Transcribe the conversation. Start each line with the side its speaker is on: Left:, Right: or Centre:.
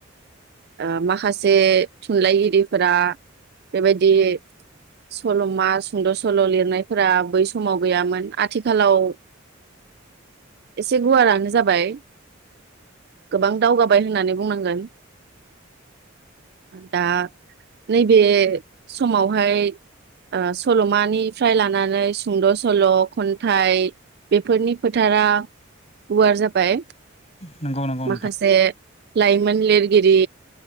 Right: ओ माखासे थुनलाइगिरिफोरा बेबायदि सल'मा सुंद' सल' लिरनायफोरा बै समाव गैयामोन आथिखालाव एसे गुवारआनो जाबाय गोबां दावगाबाय होन्नानै बुंनांगोन दा नैबे समावहाय ओ सलमा मानिफ्राय लानानै सुंद'स सल' खन्थाइ बेफोरनि फोथारा गुवार जाबाय
Left: नंगौ नंगौ नोंथां
Right: माखासे लाइमोन लिरगिरि